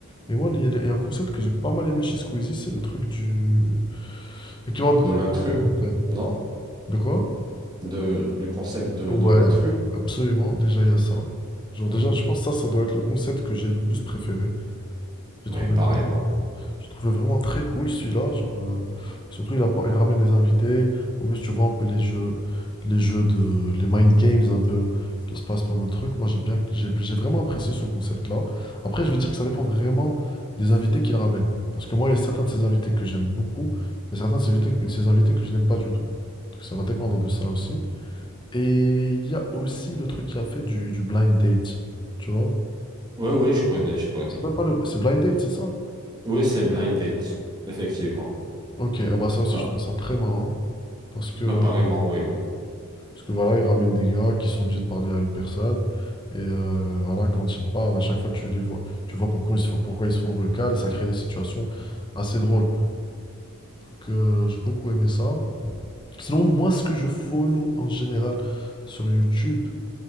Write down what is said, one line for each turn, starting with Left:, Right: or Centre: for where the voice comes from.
Left: Et moi, il y a il y a un concept que j'ai pas mal aimé chez Squeezie, c'est le truc du... Et qui m'a beaucoup
Right: De l'intrus,
Left: fait rire, en fait.
Right: non?
Left: De quoi?
Right: De, le concept de,
Left: Ouais,
Right: de l'intrus?
Left: absolument, déjà il y a ça. Genre
Right: Mhm.
Left: déjà, je pense que ça, ça doit être le concept que j'ai le plus préféré. J'ai
Right: Ouais,
Left: trouvé
Right: pareillement.
Left: vrai. Je trouvais vraiment très cool celui-là. Genre, euh, surtout, il, appo- il ramène des invités. En plus, tu vois un peu les jeux, les jeux de, les mind games un peu qui se passent pendant le truc. Moi, j'ai bien, j'ai, j'ai vraiment apprécié ce concept-là. Après, je vais dire que ça dépend vraiment des invités qu'il ramène. Parce que moi, il y a certains de ces invités que j'aime beaucoup et certains de ces invités, de ces invités que je n'aime pas du tout. Donc, ça va dépendre de ça aussi. Et il y a aussi le truc qu'il a fait du, du blind date. Tu vois?
Right: Ouais, ouais, je connais, je connais.
Left: C'est même pas le- c'est blind date, c'est ça?
Right: Oui, c'est Blind Date, effectivement.
Left: Ok, ah bah ça aussi
Right: Bah,
Left: je trouve ça très marrant parce que,
Right: Apparemment, oui, oui.
Left: parce que voilà, ils ramènent des gars qui sont obligés de parler à une personne et euh, voilà, quand ils parlent, à chaque fois tu les vois, tu vois pourquoi ils se font, pourquoi ils se font recal et ça crée des situations assez drôles. Que j'ai beaucoup aimé ça. Sinon, moi ce que je follow en général sur YouTube,